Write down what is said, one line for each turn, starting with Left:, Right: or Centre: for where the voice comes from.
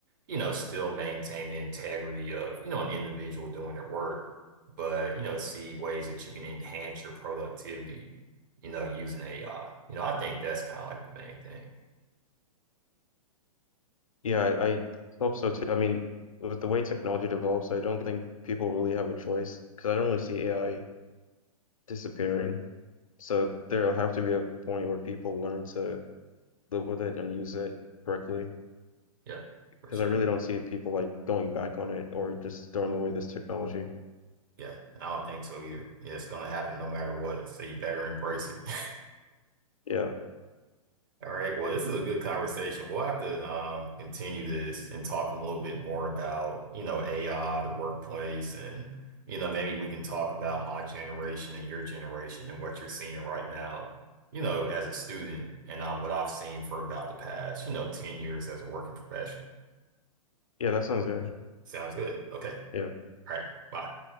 Right: you know, still maintain the integrity of, you know, an individual doing their work, but you know, see ways that you can enhance your productivity you know, using AI. You know, I think that's kind of like the main thing.
Left: Yeah, I, I hope so too. I mean, with the way technology develops, I don't think people really have a choice because I don't really see AI disappearing. So there'll have to be a point where people learn to live with it and use it correctly.
Right: Yeah, for
Left: because
Right: sure.
Left: I really don't see people like going back on it or just throwing away this technology.
Right: Yeah, I don't think so either. Yeah, it's gonna happen no matter what. So you better embrace it. <laughs>
Left: Yeah.
Right: All right. Well, this is a good conversation. We'll have to um, continue this and talk a little bit more about, you know, AI, the workplace, and, you know, maybe we can talk about my generation and your generation and what you're seeing right now, you know, as a student and um, what I've seen for about the past, you know, 10 years as a working professional.
Left: Yeah, that sounds good.
Right: Sounds good. Okay.
Left: Yeah.
Right: All right. Bye.